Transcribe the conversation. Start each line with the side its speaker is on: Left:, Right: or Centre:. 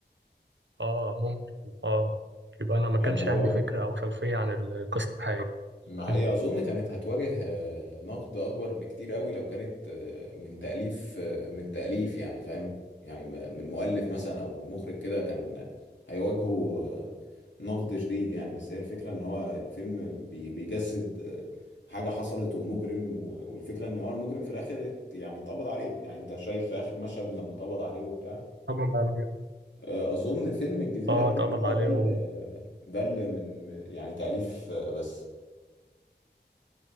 Right: اه ممكن اه يبقى انا ما كانش
Left: اللي هو
Right: عندي فكره او خلفيه عن القصه الحقيقيه
Left: ما
Right: مم.
Left: هي اظن كانت هتواجه آه، نقد اكبر بكتير قوي لو كانت آه، من تأليف آه، من تأليف يعني فاهم يعني م- من مؤلف مثلا او من مخرج كده كان هيواجهه آه، نقد شديد يعني بس هي الفكرة ان هو الفيلم بي- بيجسد آه، حاجة حصلت ومجرم و- والفكرة ان هو المجرم في الاخر ات- يعني اتقبض عليه يعني انت شايف في اخر مشهد لما اتقبض عليه وبتاع
Right: اتقبض عليه
Left: آه، اظن فيلم الجزيرة
Right: اه
Left: اتنين
Right: اتقبض
Left: بقى
Right: عليه
Left: ده اللي
Right: و...
Left: ده اللي من يعني تأليف آه، بس